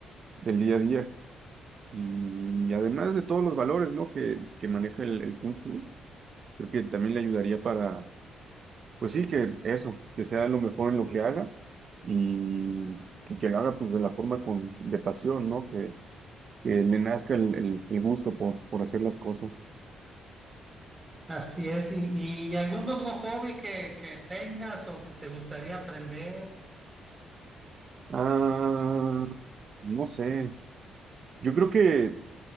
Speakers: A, on the right; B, on the right.
A: del día a día. Y además de todos los valores, ¿no? que, que maneja el, el Kung Fu, creo que también le ayudaría para, pues sí, que eso, que sea lo mejor en lo que haga y que, que lo haga pues de la forma con, de pasión, ¿no? Que, que le nazca el, el- el gusto por, por hacer las cosas.
B: Así es. ¿Y, y algún otro hobby que, que tengas o que te gustaría aprender?
A: Ah, no sé, yo creo que